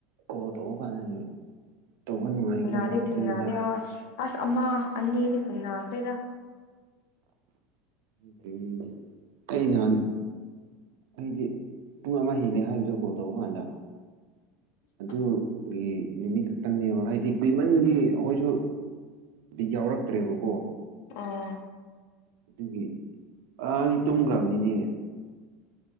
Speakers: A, on the right; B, on the left.
A: ꯀꯣꯜ ꯇꯧꯕ ꯀꯥꯟꯗ ꯇꯧꯕ ꯅꯨꯡꯉꯥꯏꯕ
B: ꯊꯅꯥꯗꯤ
A: ꯉꯥꯛꯇꯅꯤꯗ
B: ꯊꯤꯅꯥꯗ ꯑ ꯑꯁ ꯑꯝꯃꯥ ꯑꯅꯤꯗꯤ ꯊꯤꯅꯥ ꯑꯈꯦ
A: ꯊꯦꯡꯅ꯭ꯔꯤ ꯑꯩ ꯅꯍꯥꯟ ꯑꯩꯗꯤ ꯄꯨꯡ ꯑꯃ ꯍꯦꯜꯂꯦ ꯍꯥꯏꯕꯗꯣ ꯀꯣꯜ ꯇꯧꯕ ꯀꯥꯟꯗ
B: ꯎ
A: ꯑꯗꯨꯒꯤ ꯅꯨꯃꯤꯠ ꯈꯛꯇꯪꯅꯦꯕ ꯍꯥꯏꯗꯤ ꯀꯃꯟꯒꯤ ꯑꯩꯈꯣꯏꯁꯨ ꯕꯤꯠ ꯌꯥꯎꯔꯛꯇ꯭ꯔꯦꯕꯀꯣ
B: ꯑꯥ
A: ꯑꯗꯨꯒꯤ ꯑꯅꯤ ꯇꯨꯝꯈ꯭ꯔꯕꯅꯤꯅꯦ